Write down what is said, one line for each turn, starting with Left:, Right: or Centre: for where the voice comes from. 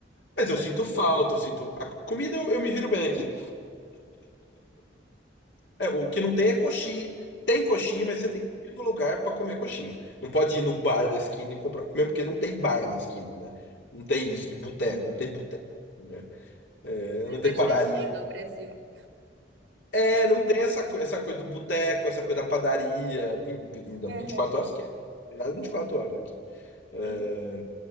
Left: Mas
Right: É.
Left: eu sinto falta, eu sinto. A comida eu, eu me viro bem aqui. É, o que não tem é coxinha. Tem coxinha, mas você tem que ir no lugar para comer coxinha. Não pode ir no bar da esquina e comprar. Primeiro porque não tem bar na esquina, né? Não tem isso de boteco,
Right: Uhum.
Left: não tem boteco, né? É,
Right: Não
Left: não
Right: é baixaria
Left: tem padaria.
Right: igual ao Brasil.
Left: É, não tem essa, co- essa coisa do boteco, essa coisa da padaria, vin- vin- ainda 24
Right: Aham.
Left: horas que é. Virada 24 horas aqui. É,
Right: E-